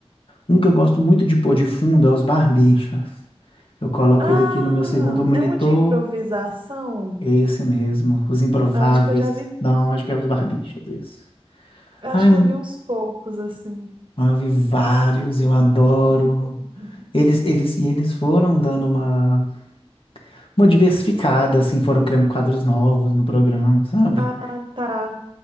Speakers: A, on the left; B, on the right.
A: Um que eu gosto muito de pôr de fundo é os Barbixas. Eu coloco
B: Ah,
A: ele aqui no meu segundo monitor.
B: é um de improvisação?
A: Esse mesmo. Os Improváveis.
B: Acho que eu já vi.
A: Não,
B: uns-
A: acho que é os Barbixas, isso.
B: Acho
A: Ai,
B: que eu vi uns poucos, assim.
A: eu vi vários, eu adoro.
B: <laughs>
A: Eles, eles, e eles foram dando uma, uma diversificada, assim, foram criando quadros novos no programa, sabe?
B: Ah, tá.